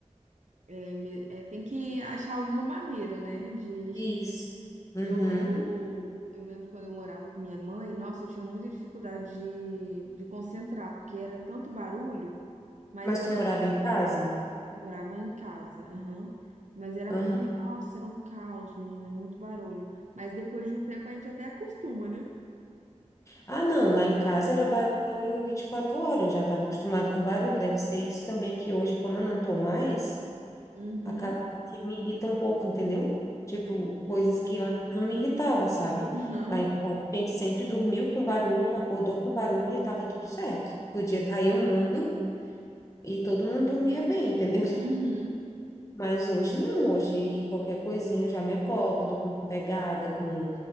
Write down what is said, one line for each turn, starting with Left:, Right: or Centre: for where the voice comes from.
Right: É, me- é, tem que achar alguma maneira, né, de
Left: Isso. Uhum.
Right: Eu, eu, eu lembro quando eu morava com minha mãe, nossa, eu tinha muita dificuldade de, de concentrar, porque era tanto barulho, mas
Left: Mas
Right: eu
Left: tu
Right: lembro
Left: morava
Right: que chegou-
Left: em casa?
Right: morava em casa, aham. Mas era
Left: Aham.
Right: muito, nossa, era um caos, menina, muito barulho. Mas depois de um tempo a gente até acostuma, né?
Left: Ah, não, lá em casa era barulho 24 horas, eu já estava acostumado com barulho. Deve ser isso também que hoje, como eu não tô mais,
Right: Uhum,
Left: acaba que me irrita um pouco, entendeu? Tipo, coisas
Right: sim.
Left: que antes não me irritava, sabe?
Right: <laughs> Aham,
Left: Lá em casa a gente sempre dormiu com barulho, acordou com barulho e estava tudo certo. Podia cair o mundo e todo mundo dormia bem, entendeu?
Right: Uhum,
Left: Mas hoje não, hoje qualquer coisinha eu já me acordo com pegada, com,